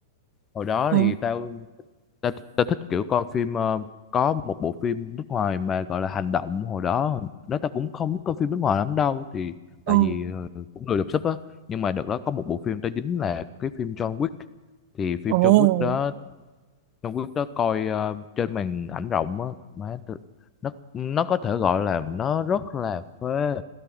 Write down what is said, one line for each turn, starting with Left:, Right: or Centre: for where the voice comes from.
Left: hồi đó
Right: Ừ.
Left: thì tao tao, tao thích kiểu coi phim ờ, có một bộ phim nước ngoài mà gọi là hành động hồi đó hồi đó tao cũng không biết coi phim nước ngoài lắm đâu thì
Right: Ừ.
Left: tại vì ờ, cũng lười đọc sub á nhưng mà đợt đó có một bộ phim tao dính là cái phim John Wick thì phim
Right: Ồ.
Left: John Wick đó trong clip đó coi ờ, trên màn ảnh rộng á má tôi- nó nó có thể gọi là nó rất là phê